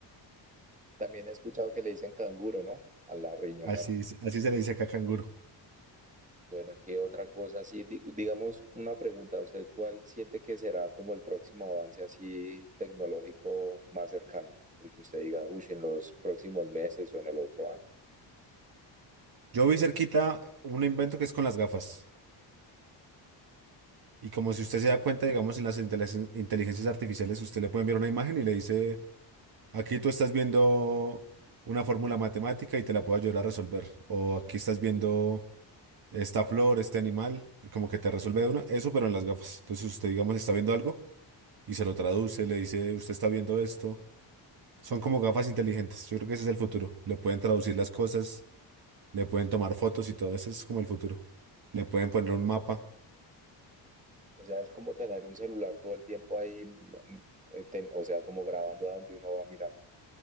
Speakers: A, on the right (about 15°); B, on the right (about 55°).
A: También he escuchado que le dicen canguro, ¿no? A la riñonera.
B: Así, se- así se le dice acá canguro.
A: Bueno, ¿qué otra cosa? Sí, di- digamos una pregunta, ¿usted cuál siente que será como el próximo avance así tecnológico más cercano? El que usted diga, uy, en los próximos meses o en el otro año.
B: Yo vi cerquita un invento que es con las gafas. Y como si usted se da cuenta, digamos, en las inteligen- inteligencias artificiales, usted le puede enviar una imagen y le dice Aquí tú estás viendo una fórmula matemática y te la puedo ayudar a resolver. O aquí estás viendo esta flor, este animal, y como que te resuelve de una, eso pero en las gafas. Entonces usted, digamos, está viendo algo y se lo traduce, le dice, usted está viendo esto. Son como gafas inteligentes. Yo creo que ese es el futuro. Le pueden traducir las cosas, le pueden tomar fotos y todo eso es como el futuro. Le pueden poner un mapa.
A: O sea, es como tener un celular todo el tiempo ahí, mm, eh, ten- o sea, como grabando a donde uno va mirando.